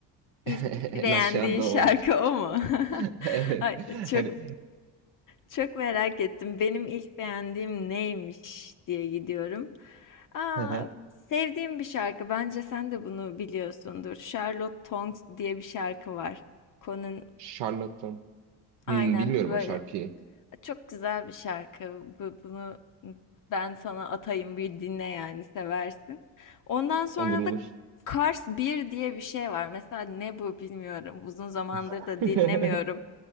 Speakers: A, on the right; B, on the left.
A: <laughs>
B: İlk
A: En
B: beğendiğin
A: aşağıda
B: şarkı
A: o.
B: o mu?
A: <laughs>
B: <laughs>
A: Evet.
B: Ay, çok
A: Hani
B: çok merak ettim. Benim ilk beğendiğim neymiş diye gidiyorum. Aa,
A: Hı hı.
B: sevdiğim bir şarkı. Bence sen de bunu biliyorsundur. Charlotte Tongs diye bir şarkı var. Conan
A: Charlatan.
B: aynen
A: Hmm, bilmiyorum
B: böyle
A: o şarkıyı.
B: Çok güzel bir şarkı. Bu- Bunu ben sana atayım bir dinle yani seversin. Ondan sonra
A: Olur olur.
B: da Kars bir diye bir şey var. Mesela ne bu bilmiyorum. Uzun zamandır
A: <laughs>
B: da dinlemiyorum.